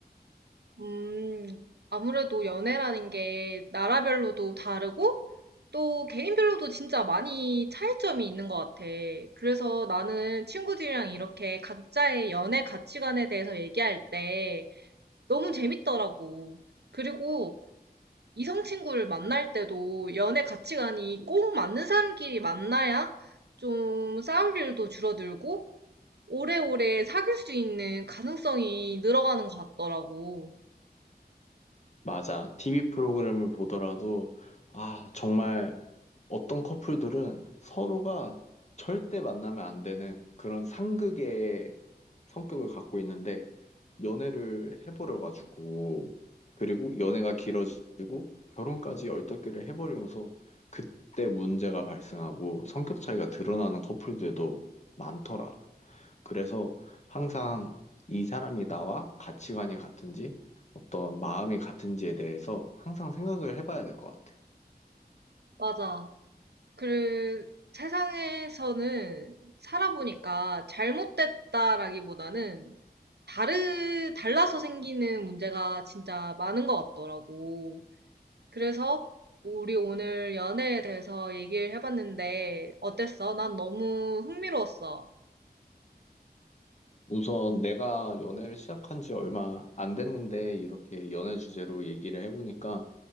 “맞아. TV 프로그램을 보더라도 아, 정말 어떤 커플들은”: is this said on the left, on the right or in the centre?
Left